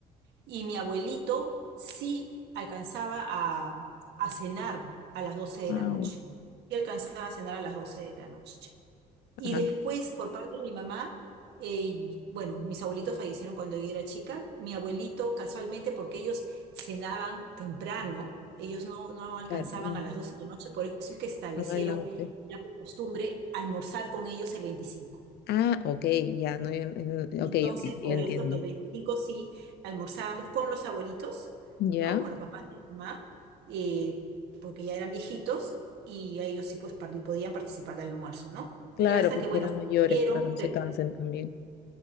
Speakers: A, on the right; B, on the left.
A: Y mi abuelito sí alcanzaba a, a cenar a las 12 de
B: Ah,
A: la noche.
B: u-
A: Y alcanzaba a cenar a las 12 de la noche. Y
B: ajá,
A: después, por parte de mi mamá, eh, bueno, mis abuelitos fallecieron cuando yo era chica. Mi abuelito, casualmente, porque ellos cenaban temprano, ellos no, no alcanzaban
B: claro, ya,
A: a las 12 de la noche, por eso es que establecieron
B: no el lonche.
A: la costumbre almorzar con ellos el veinticinco
B: Ah, ok, ya, no, ya, eh,
A: Entonces,
B: ok, ok, ya
A: por
B: entiendo.
A: eso que el 25 sí almorzábamos con los abuelitos,
B: ¿Ya?
A: ¿no? Con los papás de mi mamá, eh, porque ya eran viejitos y ellos sí pues par- podían participar del almuerzo, ¿no?
B: Claro,
A: Y hasta
B: porque
A: que, bueno,
B: eran mayores
A: hicieron,
B: para que no
A: pero
B: se cansen también.